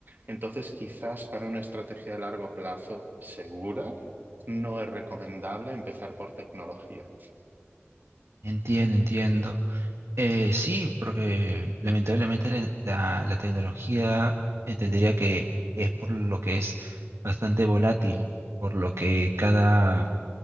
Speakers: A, on the right; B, on the right.
A: Entonces, quizás para una estrategia a largo plazo segura, no es recomendable empezar por tecnología.
B: Entiendo, entiendo. Eh, sí, porque lamentablemente la, la- la tecnología entendería que es por lo que es bastante volátil, por lo que cada,